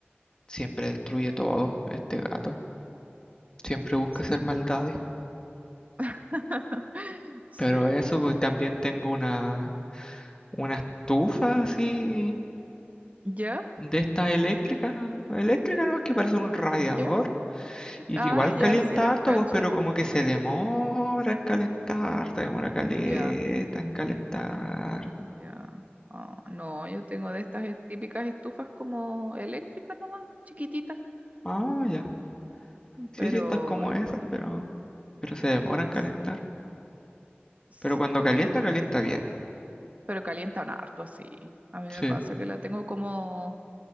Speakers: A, on the left; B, on the right.
A: siempre destruye todo, este gato. Siempre busca
B: Sí.
A: hacer maldades.
B: <laughs> Sí.
A: Pero eso, pues también tengo una, una estufa así
B: ¿Ya?
A: de esta eléctrica, ¿no? Eléctrica, ¿no? Que parece un radiador.
B: ¿Ya?
A: Y
B: Ah,
A: que igual
B: ya,
A: calienta
B: sí las
A: harto,
B: cacho.
A: pues, pero como que se demora en calentar, se demora caleta
B: Ya,
A: en calentar.
B: ya. Ah, no, yo tengo de estas es- típicas estufas como eléctricas nomás, chiquititas,
A: Ah, ya. Sí,
B: pero
A: sí, estas como
B: igual.
A: esas, pero, pero se demora en calentar.
B: s- Sí.
A: Pero cuando calienta, calienta bien.
B: Pero calientan harto, sí. A mí
A: Sí.
B: me pasa que la tengo como,